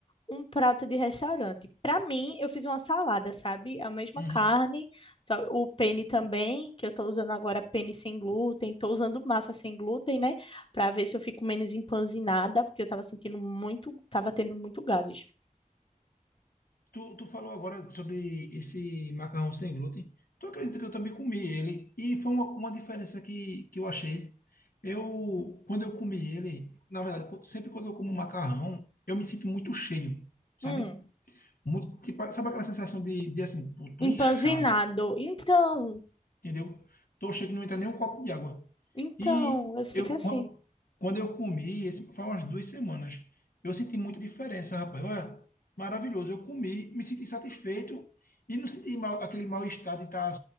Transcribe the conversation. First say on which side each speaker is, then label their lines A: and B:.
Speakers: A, on the left; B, on the left.
A: um prato de restaurante. Para mim, eu fiz uma salada, sabe? A mesma
B: Uhum.
A: carne, só o penne também, que eu tô usando agora penne sem glúten, tô usando massa sem glúten, né? Para ver se eu fico menos empanzinada, porque eu tava sentindo muito, tava tendo muito gases.
B: Tu, tu falou agora sobre esse macarrão sem glúten. Tu acredita que eu também comi ele? E foi uma, uma diferença que, que eu achei. Eu, quando eu comi ele, na verdade, co- sempre quando eu como macarrão, eu me sinto muito cheio, sabe?
A: Hum,
B: Muito, tipo, sabe aquela sensação de, de assim, pô, tô
A: empanzinado.
B: inchado.
A: Então,
B: entendeu? Tochei que não entra nem um copo de água.
A: então,
B: E
A: eu fico
B: eu,
A: assim.
B: qu- quando eu comi, esse, faz umas duas semanas, eu senti muita diferença, rapaz. Olha, maravilhoso. Eu comi, me senti satisfeito e não senti mal, aquele mal-estar de estar